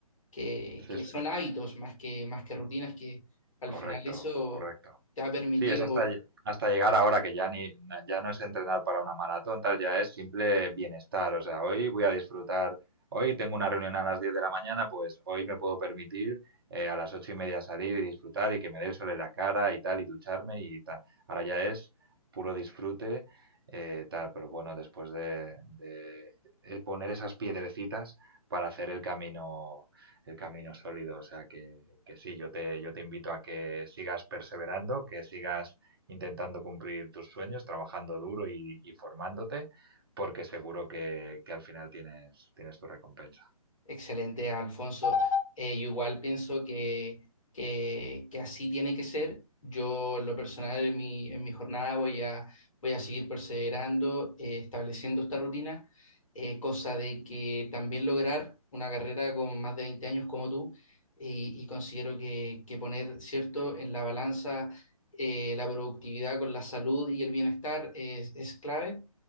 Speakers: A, on the left; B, on the right.
A: que,
B: Sí,
A: que son
B: sí,
A: hábitos más que, más que rutinas que al
B: correcto,
A: final eso
B: correcto.
A: te ha permitido
B: Sí, es hasta, lle- hasta llegar ahora que ya ni na- ya no es entrenar para una maratón, tal, ya es simple bienestar. O sea, hoy voy a disfrutar, hoy tengo una reunión a las 10 de la mañana, pues hoy me puedo permitir eh, a las 8 y media salir y disfrutar y que me dé el sol en la cara y tal, y ducharme y tal. Ahora ya es puro disfrute, eh, tal, pero bueno, después de, de eh, poner esas piedrecitas para hacer el camino el camino sólido. O sea que, que sí, yo te, yo te invito a que sigas perseverando, que sigas intentando cumplir tus sueños, trabajando duro y, y formándote, porque seguro que, que al final tienes, tienes tu recompensa.
A: Excelente, Alfonso. Eh, yo igual pienso que, que, que así tiene que ser. Yo, en lo personal, en mi, en mi jornada voy a, voy a seguir perseverando, eh, estableciendo esta rutina, eh, cosa de que también lograr una carrera con más de 20 años como tú, y, y considero que, que poner, cierto, en la balanza eh, la productividad con la salud y el bienestar es, es clave.